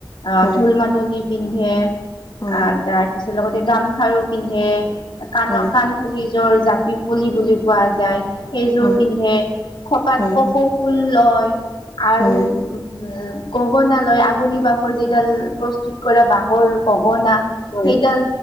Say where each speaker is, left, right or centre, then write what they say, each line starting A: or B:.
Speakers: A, on the left (about 75°); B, on the left (about 45°).
A: আহ
B: হয়
A: ঢোল মাদুল। পিন্ধে,
B: হয়
A: আৰ তাৰ পিছ লগতে গামখাৰু পিন্ধে। কাণৰ
B: হয়
A: কাণফুলি যোৰ জাপি ফুলি বুলি কোৱা যায়। সেইযোৰ
B: হয়
A: পিন্ধে খপাত
B: হয়
A: কপৌ ফুল লয়। আৰু
B: হয়
A: উম গগনা লয়। আগুলি বাঁহৰ যিডাল প্ৰস্তুত কৰা বাঁহৰ। পগনা
B: হয়
A: সেইডাল